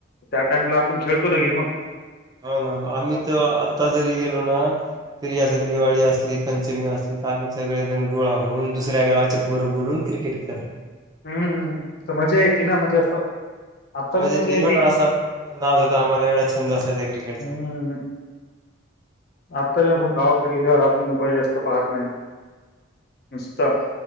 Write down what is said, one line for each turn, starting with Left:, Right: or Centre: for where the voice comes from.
Left: त्या टाइम ला आपण खेळतो ना की मग.
Right: हो ना आम्ही त आत्ता जरी गेलो ना तरी असं दिवाळी असली, पंचमी असली तर आम्ही सगळेजण गोळा होऊन दुसऱ्या गावाचे पोरं बोलून क्रिकेट खेळत राह
Left: हम्मम्, मजा येती ना, म्हजे असं आता
Right: म्हणजे
Left: बी मजा येती.
Right: एवढा असा नाद होता, आम्हाला एवढा छंद असायचा क्रिकेटचा.
Left: हम्. आत्ता आपण गावकड गेल्यावर, आपण मोबाईल जास्त पाहत नाही. नुसतं